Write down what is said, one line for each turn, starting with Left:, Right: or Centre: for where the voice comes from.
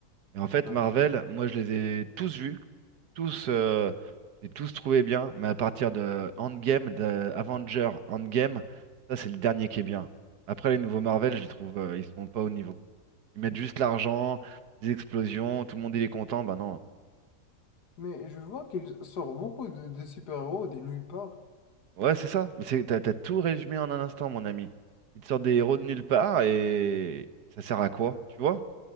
Right: Et en fait,
Left: je savais.
Right: Marvel, moi, je les ai tous vus. tous, euh, j'ai tous trouvé bien, mais à partir de Endgame, de Avenger Endgame, ça c'est le dernier qui est bien. Après les nouveaux Marvel, je les trouve, euh, ils sont pas au niveau. Ils mettent juste l'argent, des explosions, tout le monde il est content, bah non.
Left: Mais je vois qu'il sort beaucoup de, de super-héros de nulle part.
Right: Ouais, c'est ça. Mais c'est, t'as, t'as tout résumé en un instant, mon ami. Ils te sortent des héros de nulle part et ça sert à quoi, tu vois?